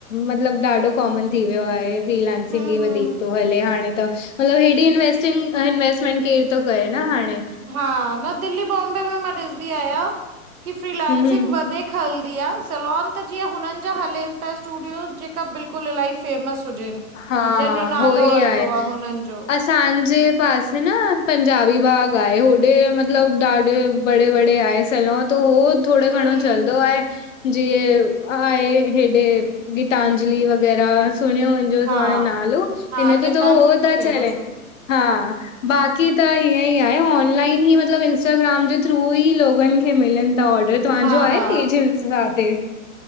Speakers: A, on the left (about 60°); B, on the right (about 80°).
A: मतलब ॾाढो कॉमन थी वियो आहे। फ्रीलांसिंग
B: हम्म
A: ई वधीक
B: हम्म
A: तो हले हाणे त मतलबु हेॾी इंवेस्टिंग इंवेस्टमेंट केर तो करे न हाणे।
B: हा, न दिल्ली, बॉम्बे में मां ॾिसदी आहियां की फ्रीलांसिंग
A: हम्म हम्म
B: वधीक हलदी आ, सलोन त जीअं हुननि जा हलेनि ता, स्टूडियोस जेका बिल्कुल इलाइ फेमस हुजेनि,
A: हा
B: जंहिंजो
A: उहो
B: नालो
A: ई
B: हलदो
A: आहे
B: आ हुननि जो।
A: असांजे पासे न पंजाबी बाग आए होॾे मतलब ॾाढे बड़े बड़े आए लो त हो थोड़ो घणो
B: हम हम
A: चलंदो आहे। जीअं आहे हेॾे गीतांजली वग़ैरह सुणियो ॿियो
B: हा
A: तव्हांजो नालो
B: हा
A: हिन जो
B: गीतांजलि
A: त हो ता
B: त फेमस
A: चेले,
B: आ
A: हा। बाक़ी त हीअं ई आहे ऑनलाइन ई मतलबु इंस्टाग्राम जे थ्रू ई लोगनि खे मिलनि त ऑर्डर तव्हांजो
B: हा
A: आहे
B: हा
A: तेज हिल्स ते।